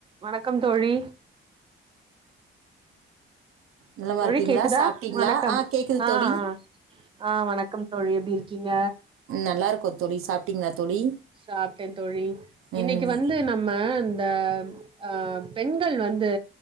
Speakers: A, on the right (about 25°); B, on the right (about 80°).
A: வணக்கம் தோழி
B: நலமா
A: தோழி
B: இருக்கீங்களா
A: கேக்குதா
B: சாப்ட்டீங்களா
A: வணக்கம்
B: ஆ கேக்குது
A: அ
B: தோழி
A: ஆ ஆ வணக்கம் தோழி எப்படி இருக்கீங்க
B: நல்லாருக்கோ தோழி சாப்ட்டிங்களா தோழி
A: சாப்ட்டே தோழி
B: ம்
A: இன்னைக்கி வந்து நம்ம இந்த ஆ பெண்கள் வந்து